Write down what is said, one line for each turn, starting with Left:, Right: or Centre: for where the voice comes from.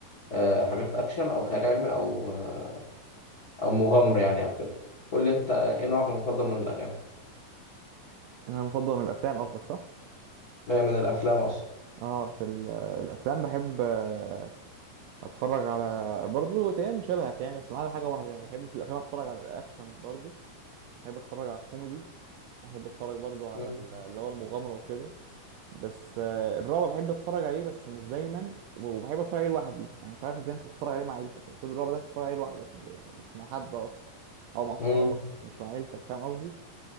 Left: آه، حاجات اكشن او خيال علمي او آه، او مغامره يعني او كده قول لي انت ايه نوعك المفضل من الاغاني
Right: انا مفضل من الافلام قصدك صح
Left: آه، من الافلام اقصد
Right: اه في ال- الافلام بحب آه، اتفرج على برضو تاني شبهك يعني بس ما عدا حاجه واحده يعني بحب في الافلام اتفرج على الاكشن برضو بحب اتفرج على الكوميدي بحب اتفرج برضو على
Left: مم.
Right: ال- اللي هو المغامره وكده بس آه، الرعب بحب اتفرج عليه بس مش دايما وبحب اتفرج عليه لوحدي انا مش عارف ازاي انت تتفرج عليه مع عيلتك المفروض الرعب ده تتفرج عليه لوحدك مش مش مع حد اصلا او مع صحابك
Left: مم.
Right: مش مع عيلتك فاهم قصدي